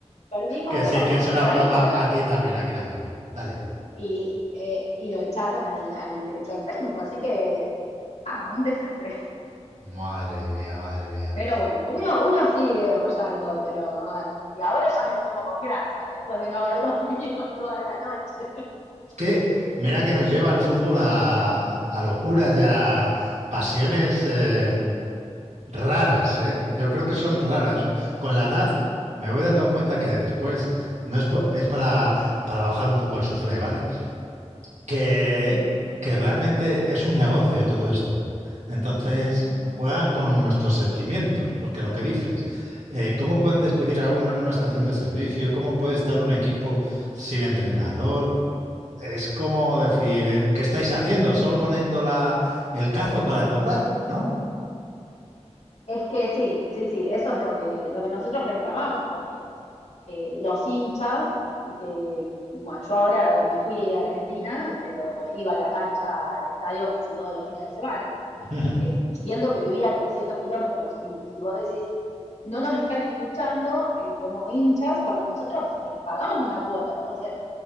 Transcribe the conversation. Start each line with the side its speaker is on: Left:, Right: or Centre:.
Left: Perdimos,
Right: Que
Left: bueno,
Right: sí, que es
Left: contra
Right: una broma.
Left: River
Right: Aquí también, aquí también. Dale.
Left: y, eh, y lo echaron al, al director técnico, así que, ah, un desastre.
Right: Madre mía, madre mía.
Left: Pero bueno, uno, uno sigue apoyando, pero ah, y ahora ya me lo tomo con gracia, después de no haber <laughs> dormido toda la noche.
Right: Es que mira que nos lleva el fútbol a, a locuras y a pasiones eh, raras, ¿eh? Yo creo que son raras. Con la edad me voy dando cuenta que después no es, po- es para, para bajar un poco el suflé, ¿vale? que,
Left: Mm.
Right: que realmente es un negocio todo esto. Entonces juegan con nuestros sentimientos, porque lo que dices, eh, ¿cómo pueden despedir a uno en una estación de servicio? ¿Cómo puede estar un equipo sin entrenador? Es como decir, eh, ¿qué estáis haciendo? ¿Solo poniendo la, el cazo para cobrar? ¿No?
Left: Es que sí, sí, sí, eso es lo que, lo que nosotros reclamamos, porque eh, los hinchas, que bueno, yo ahora me fui de Argentina, pero iba a la cancha, al estadio casi todos los fines de semana,
Right: Ujú,
Left: eh, siendo que vivía a 300 kilómetros y, y, vos decís, no nos están escuchando eh, como hinchas cuando nosotros eh, pagamos una cuota, entonces